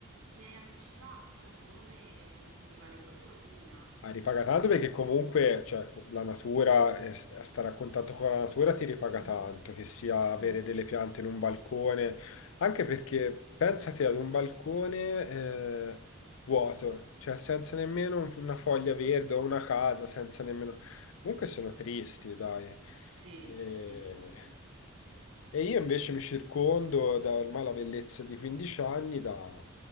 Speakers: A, on the right; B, on the left.
A: mi hai anticipato, cioè secondo me è perché ne vale proprio la pena,
B: ah, ripaga
A: per
B: tanto
A: questo.
B: perché comunque, cioè, la natura, eh, stare a contatto
A: Esatto.
B: con la natura ti ripaga
A: Mm,
B: tanto, che sia avere
A: mm.
B: delle piante in un balcone, anche perché pensate ad un balcone, eh, vuoto, cioè senza nemmeno un- una foglia verde o una casa, senza nemmeno... Comunque sono tristi, dai.
A: Sì,
B: E...
A: sì, sì, no, sono felice, sì.
B: E io invece mi circondo da ormai la bellezza di 15 anni da